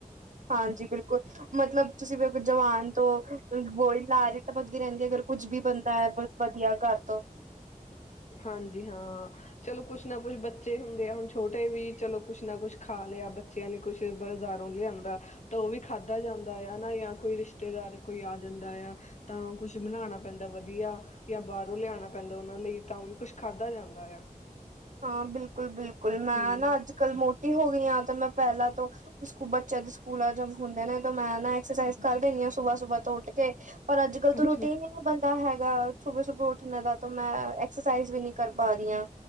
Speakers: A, on the right; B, on the left.
A: ਹਾਂਜੀ ਬਿਲਕੁਲ ਮਤਲਬ ਤੁਸੀਂ ਫਿਰ ਜਵਾਨ ਤੋਂ ਬੋਹੀ ਲਲਾਜ ਹੀ ਤਾਂ ਪਗਦੀ ਰਹਿੰਦੀ ਅਗਰ ਕੁੱਝ ਵੀ ਬੰਦਾ ਹੈ ਬ ਵਧੀਆ ਘਰ ਤੋਂ
B: ਹਾਂਜੀ ਹਾਂ ਚਲੋ ਕੁਛ ਨਾ ਕੁਛ ਬੱਚੇ ਹੁੰਦੇ ਆ ਹੁਣ ਛੋਟੇ ਵੀ ਚਲੋ ਕੁਛ ਨਾ ਕੁਛ ਖਾ ਲਿਆ ਬੱਚਿਆਂ ਨੇ ਕੁਛ ਬਾਜ਼ਾਰੋਂ ਲਿਆਂਦਾ ਤਾਂ ਉਹ ਵੀ ਖਾਧਾ ਜਾਂਦਾ ਆ ਹਨਾ ਜਾਂ ਕੋਈ ਰਿਸ਼ਤੇਦਾਰ ਕੋਈ ਆ ਜਾਂਦਾ ਆ ਤਾਂ ਕੁਛ ਬਣਾਉਣਾ ਪੈਂਦਾ ਵਧੀਆ ਜਾਂ ਬਾਹਰੋਂ ਲਿਆਉਣਾ ਪੈਂਦਾ ਉਹਨਾਂ ਲਈ ਤਾਂ ਉਹ ਵੀ ਕੁਛ ਖਾਧਾ ਜਾਂਦਾ ਆ
A: ਹਾਂ। ਬਿਲਕੁਲ, ਬਿਲਕੁਲ ਬਿਲਕੁਲ ਮੈਂ
B: ਹਮ
A: ਨਾ ਅੱਜ ਕੱਲ ਮੋਟੀ ਹੋ ਗਈ ਹ ਤੇ ਮੈਂ ਪਹਿਲਾਂ ਤੋਂ ਸਕੂ ਬੱਚਿਆਂ ਦੇ ਸਕੂਲ ਜ ਹੁੰਦੇ ਨੇ ਤੇ ਮੈਂ ਨਾ ਐਕਸਰਸਾਈਜ਼ ਕਰ ਦਿੰਦੀ ਹਾਂ ਸੁਬਾਹ ਸੁਬਾਹ ਤੋਂ ਉੱਠ ਕੇ ਪਰ ਅੱਜ, ਕੱਲ੍ਹ ਤ
B: ਅੱਛਾ
A: ਰਟੀਨ ਹੀ ਨੀ ਬੰਦਾ ਹੈ। ਸੁਬੇ ਸੁਬੇ ਉੱਠਣੇ ਦਾ ਤਾਂ ਮੈਂ ਐਕਸਰਸਾਈਜ਼ ਵੀ ਨਹੀਂੀ ਕਰ ਪਾ ਰਹੀ ਹ